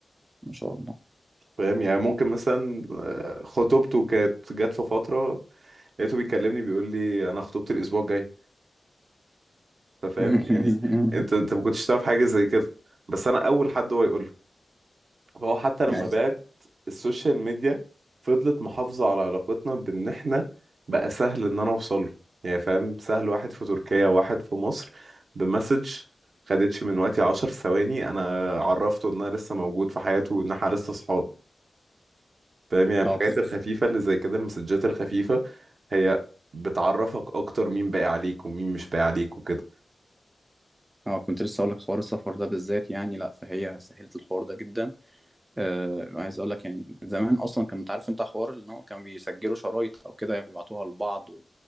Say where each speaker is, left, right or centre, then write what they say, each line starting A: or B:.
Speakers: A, on the right; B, on the right.
A: ما شاء الله
B: فاهم يعني ممكن مثلا آه، خطوبته كانت جت في فتره لقيته بيكلمني بيقول لي انا خطوبتي الاسبوع الجاي فاهم
A: <laughs>
B: يعني انت انت ما كنتش تعرف حاجه زي كده بس انا اول حد هو يقول له فهو حتى لما
A: ايوه
B: بعد السوشيال ميديا فضلت محافظة على علاقتنا بان احنا بقى سهل ان انا اوصل له يعني فاهم سهل واحد في تركيا واحد في مصر بمسج خدتش من وقتي عشر ثواني انا عرفته ان انا لسه موجود في حياته وان احنا لسه صحاب فاهم يعني
A: اه
B: الحاجات
A: كنت
B: الخفيفة اللي زي كده المسجات الخفيفة هي بتعرفك اكتر مين باقي عليك ومين مش باقي عليك وكده
A: اه كنت لسه اقول لك حوار السفر ده بالذات يعني لا فهي سهلت الحوار ده جدا آه عايز اقول لك يعني زمان اصلا كنت عارف انت حوار ان هو كان بيسجلوا شرايط او كده يعني بيبعتوها لبعض و...